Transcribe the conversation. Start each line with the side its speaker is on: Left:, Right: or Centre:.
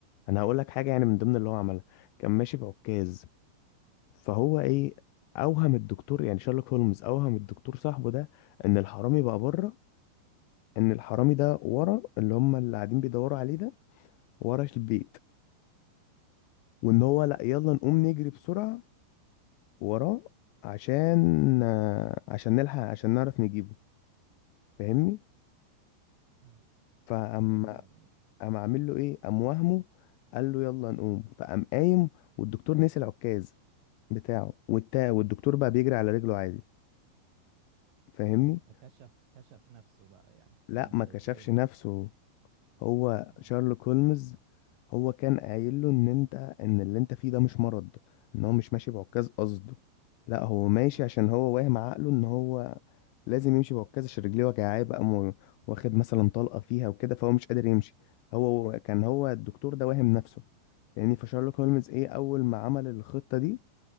Left: أنا هقول لك حاجة يعني من ضمن اللي هو عملها كان ماشي بعكاز فهو ايه
Right: أه
Left: اوهم الدكتور يعني شارلوك هولمز اوهم الدكتور صاحبه ده ان الحرامي بقى بره ان الحرامي ده ورا اللي هم اللي قاعدين بيدوروا عليه ده ورا البيت وان هو لا يلا نقوم نجري بسرعة وراه عشان آه، عشان نلحق عشان نعرف نجيبه فاهمني
Right: مم.
Left: فقام
Right: جميل
Left: قام عامل له ايه
Right: أم-
Left: قام وهمه قال له يلا نقوم فقام قايم والدكتور نسي العكاز بتاعه والتا والدكتور بقى بيجري على رجله عادي فاهمني
Right: أه فكشف كشف نفسه بقى يعني
Left: لا
Right: يعني أنت
Left: ما كشفش
Right: إزاي بت...
Left: نفسه هو
Right: أمال
Left: شارلوك هولمز هو كان قايل له ان انت ان اللي انت فيه ده مش مرض ان هو مش ماشي بعكاز قصده لا هو ماشي
Right: اه
Left: عشان هو واهم عقله ان هو لازم يمشي بعكاز عشان رجليه وجعاه بقى مو- واخد مثلا طلقة فيها وكده فهو مش قادر يمشي هو كان هو الدكتور ده واهم نفسه لان فشارلوك هولمز ايه اول ما عمل الخطة دي